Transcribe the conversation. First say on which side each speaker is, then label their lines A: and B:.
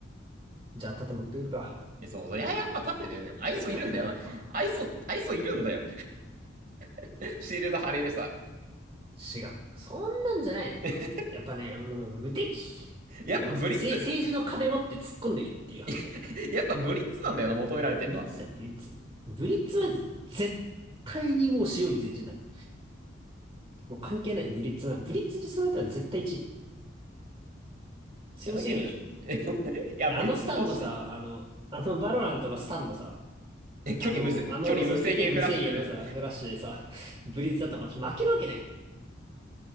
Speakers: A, on the right; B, on the right.
A: う。じゃあ盾持ってくるか。
B: え、そうそう。いや、やっぱ立ってて、でも、アイソいるんだよな。
A: いや、盾だろ、やっぱ。
B: アイソ、アイソいるんだよ。<laughs> シールド貼れるさ。
A: 違う。そんなんじゃない。
B: <laughs>
A: やっぱね、もう無敵。
B: やっぱブリッツ、
A: でも、せ、政治の壁持って突っ込んでけっていう話だ。
B: <laughs> やっぱブリッツなんだよな、求められてんのは。
A: ブリッツだ、
B: い
A: ブリッツ。ブリッツは絶対にもう使用率1になる。もう関係ない、ブリッツな。ブリッツ実装だったら絶対1位。強すぎるでしょ。
B: や、あのゲーム。<laughs> いや、
A: で、
B: ブリッツ欲しい。
A: あのスタンのさ、あの、あのバロラントのスタンのさ、
B: え距離無制、
A: あの、あの速球距離無制限のさ、
B: 距離無制限フラッシュ。
A: フラッシュでさ、ブリッツだったら負けるわけないよ。